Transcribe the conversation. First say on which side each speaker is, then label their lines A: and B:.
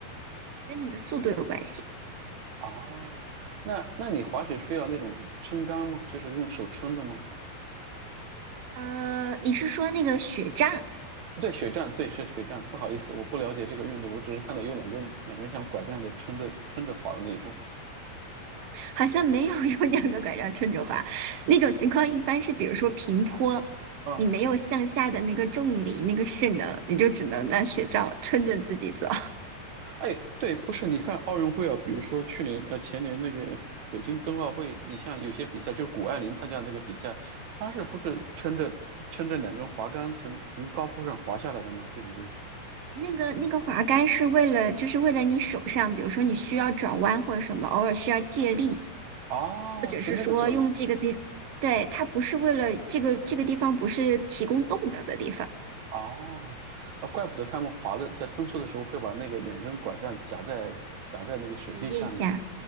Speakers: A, on the right (about 80°); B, on the right (about 60°).
A: 跟你的速度有关系。
B: 哦，那那你滑雪需要那种撑杆吗？就是用手撑的吗？
A: 呃，你是说那个雪杖
B: 对，雪战，对，是雪战。不好意思，我不了解这个运动，我只是看到有两个人，两个人像拐杖的撑着撑着滑的那种。
A: 好像没有用两个拐杖撑着滑，那种情况一般是比如说平坡，
B: 啊，
A: 你没有向下的那个重力、那个势能，你就只能拿雪杖撑着自己走。
B: 哎，对，不是，你看奥运会啊，比如说去年呃前年那个北京冬奥会，你像有些比赛，就是谷爱凌参加的那个比赛，她是不是撑着撑着两根滑杆从从高坡上滑下来的吗？对不对？
A: 那个那个滑杆是为了，就是为了你手上，比如说你需要转弯或者什么，偶尔需要借力。
B: 哦，
A: 或者是说用这个地，
B: 是那个作用。
A: 对，它不是为了这个这个地方不是提供动能的地方。
B: 哦，啊，怪不得他们滑的在冲刺的时候会把那个两根拐杖夹在夹在那个手臂下面。
A: 对，腋下，